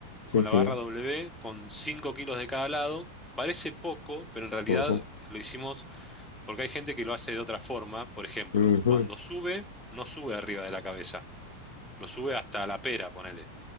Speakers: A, on the left (about 65°); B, in the centre.
A: sí,
B: con
A: sí.
B: la barra W, con 5 kilos de cada lado. Parece poco, pero en realidad
A: Ujú,
B: lo hicimos porque hay gente que lo hace de otra forma. Por ejemplo,
A: ujú.
B: cuando sube, no sube arriba de la cabeza. Lo sube hasta la pera, ponele.